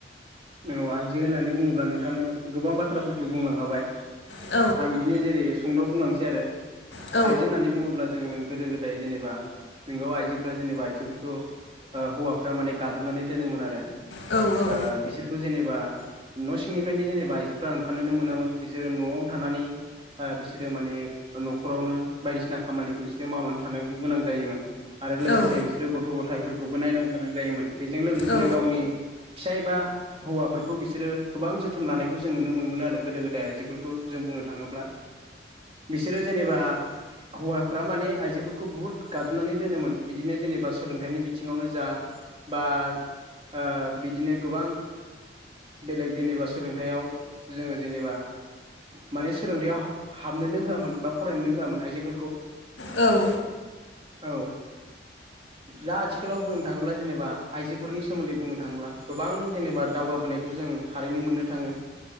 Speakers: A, on the right; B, on the left.
A: औ आइजो होननानै बुङोब्ला नोंथाङानो गोबां बाथ्राफोरखौ बुंलांखाबाय।
B: औ
A: आं बिदिनो जेरै सुंद' बुंलांसै आरो
B: औ
A: आइजो होननानै बुङोब्ला जों गोदो गोदाय जेनेबा नंगौ आइजोफ्रा जेनेबा आइजोफोरखौ ओ हौवाफ्रा माने गादबनानै दोनोमोन आरो।
B: औ औ।
A: ओ बिसोरखौ जेनेबा न' सिंनिफ्रायनो जेनेबा आइजोफ्रा ओंखारनोनो मोनामोन बिसोरो न'आव थानानै बिसोरो माने न'खरावनो बायदिसिना खामानिखौ बिसोरो मावनानै थानांगौ गोनां जायोमोन। आरो लोगोसे
B: औ
A: बिसोरो गथ' गथायाइफोरखौबो नायनांगौ गोनां जायोमोन बेजों लोगोसेनो
B: औ
A: गावनि फिसायबा हौवाफोरखौ बिसोरो गोबां जोथोन लानायखौ जों नुनो मोनो आरो गोदो गोदाय फोरखौ जों बुंनो थाङोब्ला बिसोरो जेनेबा हौवाफ्रा माने आइजोफोरखौ बुहुत गादबनानै दोनोमोन बिदिनो जेनेबा सोलोंथाइनि बिथिङावनो जा बा ओ बिदिनो गोबां बेलेग जेनेबा सोलोंथाइयाव जोङो जेनेबा माने सोलोंथायाइयाव हाबनोनो होआमोन बा फरायनोनो होआमोन आइजोफोरखौ
B: औ
A: औ दा आथिखालाव बुंनो थाङोब्ला जेनेबा आइजोफोरनि सोमोन्दै बुंनो थाङोब्ला गोबां जेनेबा दावगाबोनायखौ जों थारैनो मोननो थाङो।